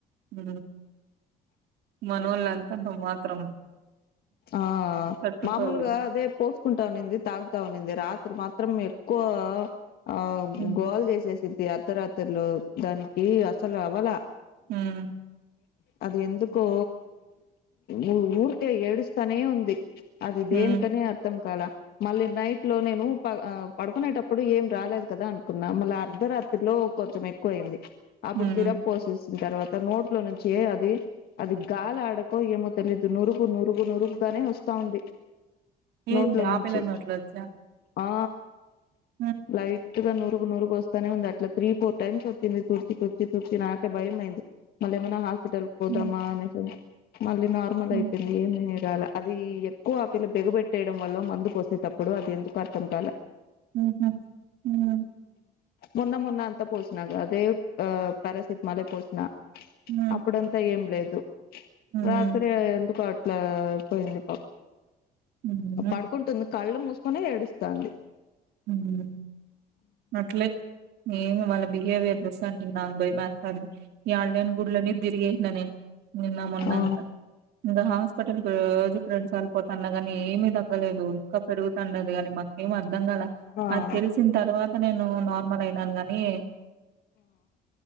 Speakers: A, on the right; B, on the left.
A: ఉ మనోళ్లు అంతంత మాత్రం
B: ఆ
A: తట్టుకోలేరు
B: మామూలుగా అదే పోసుకుంటానింది తాగుతావునింది రాత్రి మాత్రం త్రం ఎక్కువ ఆ
A: హ్మ్
B: గోల్ జసే సి అర్ధరాత్రిలో దానికి అసలు అవలా
A: హ్మ్
B: యూ అది ఎందుకో ఊ ఊరికే ఏడుస్ తనే ఉంది అది దేని
A: హ్మ్
B: కని అర్థం కాల మళ్ళీ నైట్ లో నేను ప పడుకునేటప్పుడు ఏం రాలేదు కదా అనుకున్నా మళ్ళీ అర్ధరాత్రిలో కొంచెం ఎక్కువ అయ్యింది అప్పుడు
A: హ్మ్
B: సిరప్ పోసేసిన తర్వాత నోట్ నోట్లో నుంచి అది అది గాలి ఆడకో ఏమో తెలియదు నురుగు నురుగు నురుగు గానే వస్తా ఉంది
A: ఏంది
B: నోట్లో
A: ఆ
B: నుంచి
A: పిల్ల నోట్లోంచా
B: ఆ
A: హ్మ్
B: లైట్ గా నూరుగు నూరుగు వస్తానే ఉంది అట్లా త్రీ ఫోర్ టైమ్స్ వచ్చింది తుడిచి తుడిచి తుడిచి నాకే భయం అయ్యింది మళ్లీ ఏమన్నా హాస్ పెటల్ పోదామా
A: హ్మ్
B: అనేసి మళ్ళీ నార్మల్
A: హ్మ్
B: అయిపోయింది ఏమి రాలా అది ఎక్కువ ఆ పిల్ల బిగా పెట్టేయడం వల్ల మందు పోసేటప్పుడు అది ఎందుకో అర్థం కాల
A: ఉహు ఉ
B: మొన్న మొన్న అంత పోసినాగా అదే ఆ ప్యారాసిటమాలే పోసినా
A: హ్మ్
B: అప్పుడంతా ఏం లేదు రాత్రి
A: హ్మ్
B: ఎందుకో లా పోయింది పా
A: హ్మ్.
B: పడుకుంటుంది కళ్ళు మూసుకునే ఏడు తాంది
A: యు అట్లే ఏమి వాళ్ళ బిహేవియర్ చూస్తా ఉంటా ఉంటే నాకు భయం వేస్తాంది మాట్లాడ యాడ లేని గుళ్ళు అన్ని తిరిగి వేసా నేను నిన్న మొన్న
B: ఆ
A: అంత ఇంకా హాస్పిటల్కి రోజు రెండు సార్ పోతున్నా కాని ఏమి తగ్గలేదు ఇంకా పెరుగుతుండది కాని మాకేమి అర్ధం కల
B: ఆ
A: అది తెలిసిన తర్వాత నేను నార్మల్ అయినాను గాని